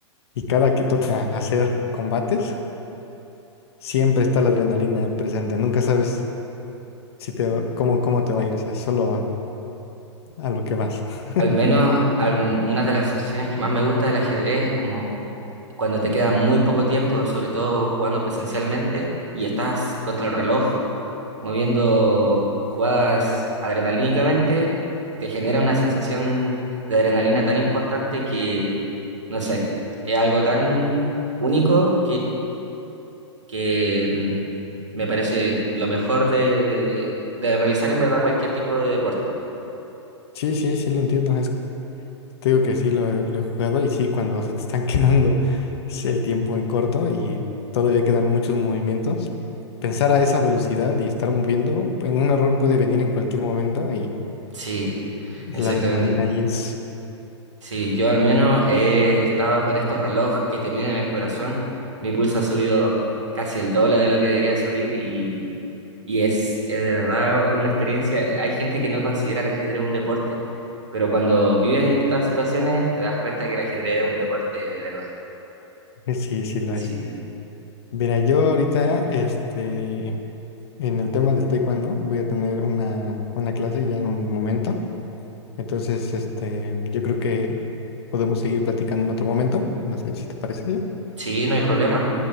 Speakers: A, on the left (about 60°); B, on the right (about 75°).
A: y cada que toca hacer combates, siempre está la adrenalina presente. Nunca sabes si te, cómo, cómo te va a ir. O sea, solo a lo que vas. <laughs>
B: Al menos al- una de las sensaciones que más me gusta del ajedrez es como cuando te queda muy poco tiempo, sobre todo jugando presencialmente y estás contra el reloj moviendo jugadas adrenalínicamente, te genera una sensación de adrenalina tan importante que, no sé, es algo tan único que mm, me parece lo mejor de, de, de, de realizar en verdad cualquier tipo de deporte.
A: Sí, sí, sí lo entiendo. Es, te digo que sí lo, he lo he jugado y sí, cuando se te están <laughs> quedando s- el tiempo en corto y todavía quedan muchos movimientos, pensar a esa velocidad y estar moviendo, pues, un error puede venir en cualquier momento y
B: Sí, exactamente.
A: la adrenalina ahí es,
B: Sí, yo al menos he estado con estos relojes que te miden el corazón. Mi pulso ha subido casi el doble de lo que debería subir y, y es, es de verdad una experiencia. Hay gente que no considera el ajedrez un deporte, pero cuando vives estas situaciones te das cuenta que el ajedrez es un deporte de verdad.
A: es- sí, sí lo
B: Sí,
A: es. Mira, yo ahorita, este, en el tema del taekwondo, voy a tener una, una clase ya en un momento. Entonces, este, yo creo que podemos seguir platicando en otro momento. No sé si te parece bien.
B: sí, no hay problema.